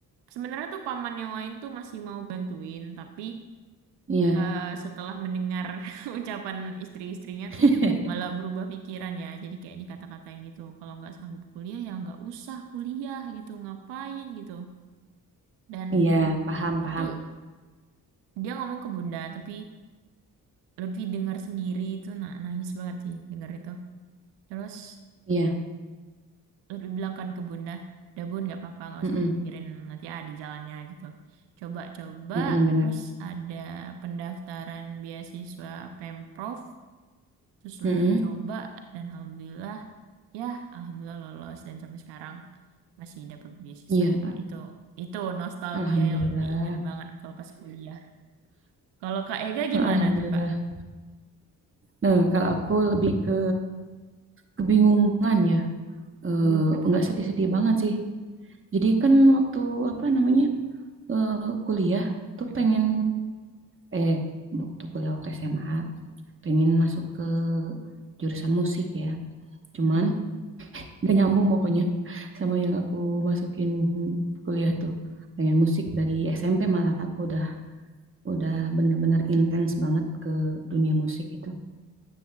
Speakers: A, on the right (about 80°); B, on the right (about 30°).
A: Sebenarnya tuh paman yang lain tuh masih mau bantuin, tapi
B: Iya,
A: eh, setelah mendengar <laughs> ucapan istri-istrinya
B: <laughs>
A: tuh malah berubah pikiran ya. Jadi kayak dikata-katain gitu, kalau nggak sanggup kuliah ya nggak usah kuliah gitu, ngapain gitu. Dan
B: iya. Paham, paham.
A: itu dia ngomong ke Bunda, tapi Lutfi dengar sendiri itu na- nangis banget sih dengar itu. Terus
B: Iya,
A: lebih bilang kan ke bunda udah bun nggak apa-apa nggak
B: mm-mm,
A: usah dipikirin nanti ada jalannya gitu coba coba
B: mm-mm, benar.
A: terus ada pendaftaran beasiswa Pemprov terus
B: Mm-mm,
A: lebih coba dan alhamdulillah ya alhamdulillah lolos dan sampai sekarang masih dapat beasiswanya
B: Iya, Al-
A: itu itu nostalgia
B: alhamdulillah,
A: yang lebih ingat banget kalau pas kuliah kalau Kak Ega gimana
B: Eh, alhamdulillah.
A: tuh Kak
B: Nah, kalau aku lebih ke kebingungan ya, eh,
A: bingung kenapa
B: nggak
A: Kak
B: sedih-sedih banget sih. Jadi kan waktu apa namanya eh, kuliah tuh
A: Mm-mm.
B: pengen eh waktu kuliah waktu SMA pengen masuk ke jurusan musik ya. Cuman
A: Mm.
B: gak nyambung pokoknya <laughs> sama yang aku masukin kuliah tuh. Pengen musik dari SMP malah aku udah udah bener-bener intens banget ke dunia musik itu.